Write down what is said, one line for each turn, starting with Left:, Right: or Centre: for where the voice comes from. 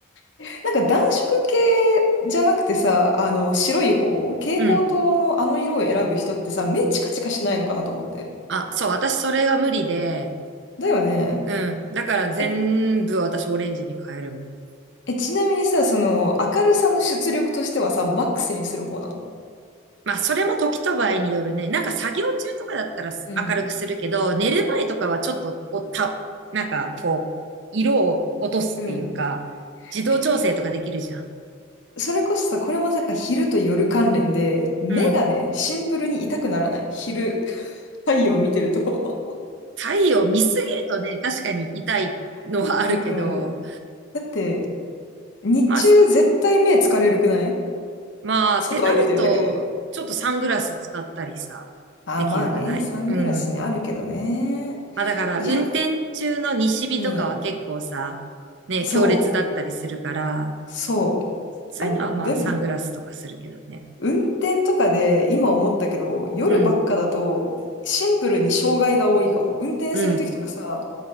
Left: <laughs> なんか暖色系じゃなくてさ、あの、白い方、蛍光灯のあの色を選ぶ人ってさ、
Right: うん。
Left: 目チカチカしないのかなと思って。
Right: あ、そう、私それが無理で。
Left: だよね。
Right: うん。だから全部私オレンジに変えるもん。
Left: え、え、ちなみにさ、その、明るさの出力としてはさ、マックスにする方なの
Right: まあ、それも時と場合によるね。なんか作業中とかだったら明るくするけど、
Left: うん
Right: 寝る前とかはちょっとおた、なんかこう、色を落とすっていうか、
Left: うん。
Right: 自動調整とかできるじゃん。
Left: え、こそれこそさ、これもさ、昼と夜関連で、目がね、
Right: うん。
Left: シンプルに痛くならない。昼、<laughs> 太陽見てると
Right: 太陽見すぎるとね、確かに痛いのはあるけど、
Left: <laughs> うん。だって、日中絶対目疲れるくない
Right: まあ、すまあ、
Left: 外歩いてるだけで。
Right: ってなると、ちょっとサングラス使ったりさ、
Left: ああ、
Right: できるくないうん。
Left: まあね、サングラスね、あるけどね。
Right: まあだから、
Left: いや、
Right: 運転中の西日とかは結構さ、
Left: うん。
Right: ね、
Left: そう、
Right: 強烈だったりするから、
Left: そう。
Right: そういうのはまあサングラスとかするけどね。
Left: あ、でも、運転とかで今思ったけど、夜ばっかだとシンプルに障害が多いかも。
Right: うん、
Left: 運転するときとかさ、
Right: うん、